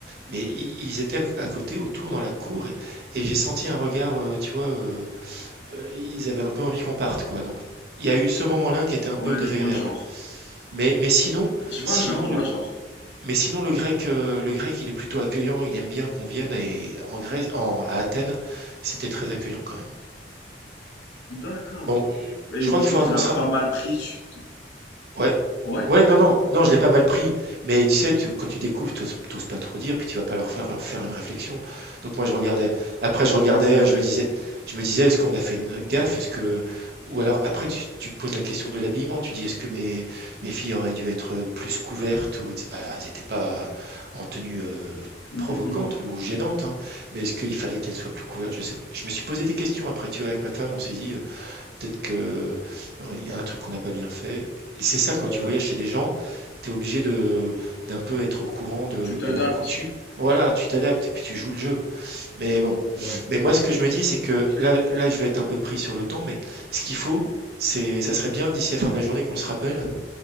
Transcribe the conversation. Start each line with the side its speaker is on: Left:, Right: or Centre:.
Right: mais i- ils étaient à côté, autour, dans la cour, et, et j'ai senti un regard, euh, tu vois, euh, euh, ils avaient un peu envie qu'on parte, quoi. Donc il y a eu ce moment-là qui était un
Left: Ouais,
Right: peu désagréable.
Left: je vois le genre.
Right: Mais, mais sinon,
Left: Je vois
Right: sinon
Left: le genre, je
Right: le,
Left: vois le genre.
Right: mais sinon, le grec, heu, le grec, il est plutôt accueillant, il aime bien qu'on vienne et en Grèce en à Athènes, c'était très accueillant quand même.
Left: D'accord.
Right: Bon, heu,
Left: Et
Right: je
Left: du
Right: crois qu'il
Left: coup,
Right: faudra
Left: tu
Right: qu'on
Left: l'as
Right: se
Left: pas
Right: rapp
Left: mal pris. tu t'es-
Right: Ouais.
Left: Ouais?
Right: Ouais, non, non, non, je l'ai pas mal pris. Mais tu sais, tu, quand tu découvres, t'oses, t'oses pas trop dire, puis tu vas pas leur faire faire une réflexion. Donc moi, je regardais. Après, je regardais,
Left: Ouais, c'est vrai.
Right: je me disais, je me disais, est-ce qu'on a fait une gaffe? Est-ce que, ou alors après, tu, tu te poses la question de l'habillement. Tu dis, est-ce que mes, mes filles auraient dû être plus couvertes ou etc. Alors, elles n'étaient pas en tenue euh,
Left: Mhm,
Right: provocante
Left: mhm.
Right: ou gênante, hein, mais est-ce qu'il fallait qu'elles soient plus couvertes? Je sais, pas. je me suis posé des questions après, tu vois, avec ma femme, on s'est dit. euh, Peut-être que, heu, il y a un truc qu'on n'a pas bien fait. C'est ça quand
Left: Ouais.
Right: tu voyages chez des gens, tu es obligé de d'un peu être au courant de
Left: Tu t'adaptes.
Right: de leurs coutumes. Voilà, tu t'adaptes et puis tu joues le jeu. Mais bon,
Left: Ouais.
Right: mais moi ce que je me dis, c'est que là là je vais être un peu pris sur le temps, mais ce qu'il faut, c'est ça serait
Left: Mhm.
Right: bien d'ici la fin de la journée qu'on se rappelle,